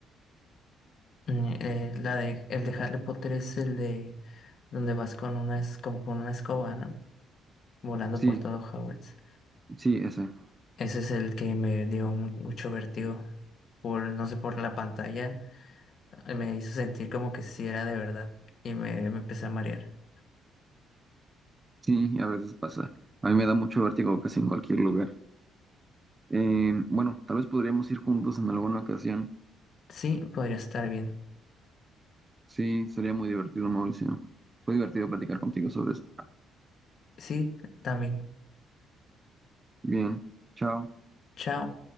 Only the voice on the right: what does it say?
Sí,
sí, ese.
Sí, a veces pasa. A mí me da mucho vértigo casi en cualquier lugar. Eh, bueno, tal vez podríamos ir juntos en alguna ocasión.
Sí, sería muy divertido, Mauricio. Fue divertido platicar contigo sobre esto.
Bien, chao.